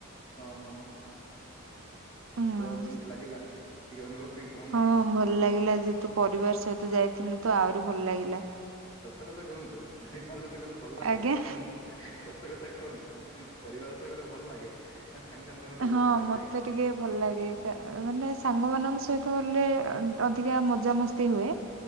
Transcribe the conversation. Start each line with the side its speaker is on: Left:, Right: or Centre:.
Left: ଅହୋ
Right: ହଁ
Left: ତ କେମିତି ଲାଗିଲା ଟିକେ ଅନୁଭବ? ଟିକେ କୁହନ୍ତୁ?
Right: ହଁ ଭଲ୍ ଲାଗିଲା ଯେହେତୁ ପରିବାର ସହିତ ଯାଇଥିଲୁ ତୁ ଆହୁରି ଭଲ ଲାଗିଲା।
Left: ସତକଥା କୁହନ୍ତୁ ପରିବାର ସହିତ ଗଲେ ଭଲ ଲାଗେ
Right: ଆଜ୍ଞା
Left: ନା ସ-ସତ କଥା କୁହନ୍ତୁ ପରିବାର ସହ ଗଲେ ଭଲ ଲାଗେ? ନା ସାଙ୍ଗସାଥି ମାନଙ୍କ ସହିତ ଗଲେ
Right: ହଁ
Left: ଭଲଲାଗେ?
Right: ମତେ ଟିକେ ଭଲ ଲାଗେ କା ମାନେ ସାଙ୍ଗ ମାନଙ୍କ ସହିତ ଗଲେ ଅଧିକା ମଜାମସ୍ତି ହୁଏ।